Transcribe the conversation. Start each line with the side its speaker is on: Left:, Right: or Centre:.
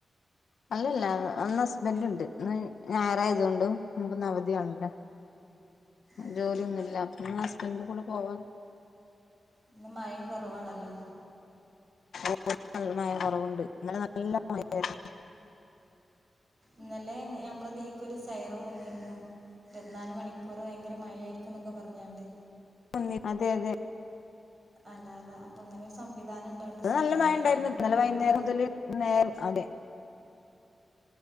Left: അല്ലല്ല അന്ന് ഹസ്ബന്റ്ണ്ട് ഇന്ന് ഞായറാായതൊണ്ടും ഞമ്മക്ക്ന്ന് അവധിആണല്ലോ
Right: അതെ
Left: ജോലിയൊന്നൂല്യ? ആ ഹസ്ബെന്റിന്റെ കൂടെ പോവാ
Right: ഇന്ന് മയിം കൊറവാണല്ലോ
Left: <inaudible> കൊറവുണ്ട് ഇന്നലെ നല്ല <unintelligible>
Right: ഇന്നലെ ഞമ്മള തീക്ക് ഒരു സൈറൻ വന്നീര്ന്നു ഇരുവത്നാല് മണിക്കൂർ ഭയങ്കര മയായിരിക്കും എന്നൊക്കെ പറഞ്ഞാണ്ട്
Left: <inaudible> അതെ അതെ
Right: അലാറം അപ്പൊ ഇങ്ങനെ ഒരു സംവിധാനം ഇണ്ടായോണ്ട്
Left: ഇന്ന്
Right: സുഖാണല്ലേ
Left: നല്ല മഴ ഉണ്ടായിരുന്നു
Right: അമ്മക്ക്
Left: ഇന്നലെ
Right: മുൻകൂട്ടി
Left: വൈകുന്നേരം മുതൽ നേരം അതെ